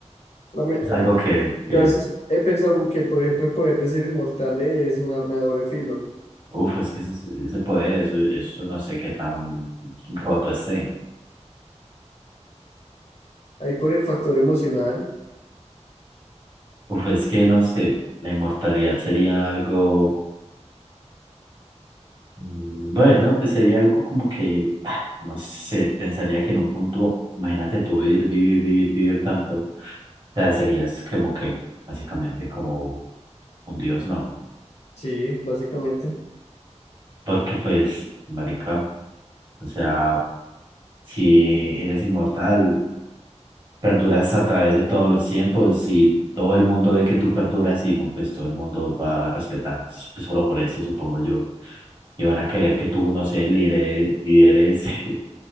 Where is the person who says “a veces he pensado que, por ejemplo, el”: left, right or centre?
Left